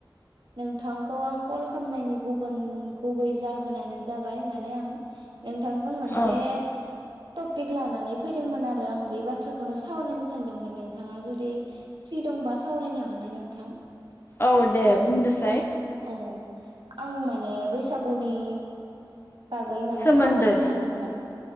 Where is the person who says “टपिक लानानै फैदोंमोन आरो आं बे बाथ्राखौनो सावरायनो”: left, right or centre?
Right